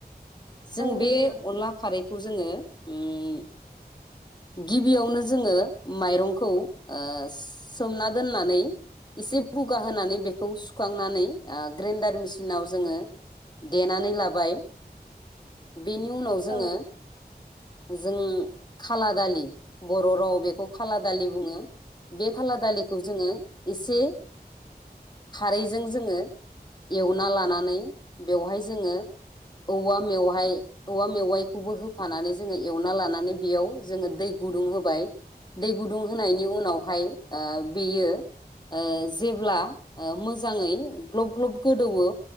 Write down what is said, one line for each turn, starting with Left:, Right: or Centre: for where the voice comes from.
Left: जों
Right: औ
Left: बे
Right: नोंथां
Left: अनला खारै खौ जोङो उम गिबियावनो जोङो माइरंखौ ओ सोमना दोननानै एसे बुगा होनानै बेखौ सुखांनानै ओ ग्रेन्डार मिसिनाव जोङो देनानै लाबाय। बेनि उनाव जोङो
Right: औ
Left: जों खाला दालि बर' राव बेख खौ खाला दालि बुङो बे खाला बे दालिखौ जोङो एसे खारैजों जोङो एवना लानानै बेवहाय जोङो औवा मेवहाय औवा मेवायखौबो होफानानै जोङो एवना लानानै बेयाव जोङो दै गुदुं होबाय दै गुदुं होनायनि उनावहाय ओ बेयो ओ जेब्ला ओ मोजाङै ग्लब ग्लब गोदौवो